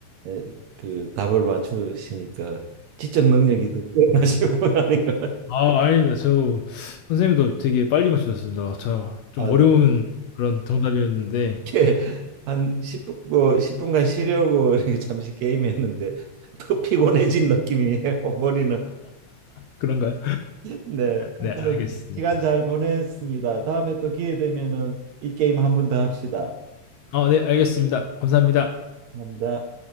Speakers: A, on the right; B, on the left.
A: 에, 그 답을 맞추시니까 지적 능력이 더 뛰어나신 분 아닌가.
B: 아 아닙니다. 저도 선생님도 되게 빨리 맞추셨습니다. 저
A: <laughs>
B: 좀
A: 아,
B: 어려운 그런 정답이었는데
A: 이렇게 한 10분 뭐 십 분간 쉬려고 이렇게 잠시 게임했는데 더 피곤해진 느낌이에요. 머리는.
B: 그런가요?
A: 네. 하여튼
B: 네 알겠습니다.
A: 시간 잘 보냈습니다. 다음에 또 기회 되면은 이 게임 한 번 더 합시다.
B: 어 네 알겠습니다. 감사합니다.
A: 감사합니다.